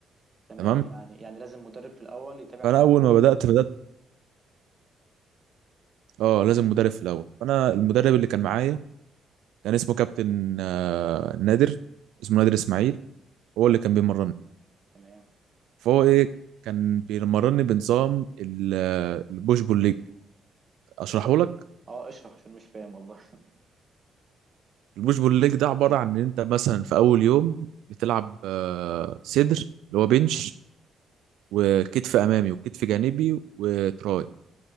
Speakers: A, on the right; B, on the right.
A: تمام
B: تمام
A: يعني يعني لازم مدرب في الاول يتابع
B: فانا
A: معايا
B: اول ما بدات بدات اه لازم مدرب في الاول فانا المدرب اللي كان معايا كان اسمه كابتن آه، نادر اسمه نادر اسماعيل هو
A: تمام
B: اللي كان بيمرني
A: تمام
B: فهو ايه كان بيمرني بنظام ال- آه، البوش بول ليج اشرحه لك
A: اه اشرح عشان مش فاهم والله <laughs>
B: البوش بول ليج ده عبارة عن إن أنت مثلا في أول يوم بتلعب آه، صدر اللي هو بنش وكتف أمامي وكتف جانبي وتراي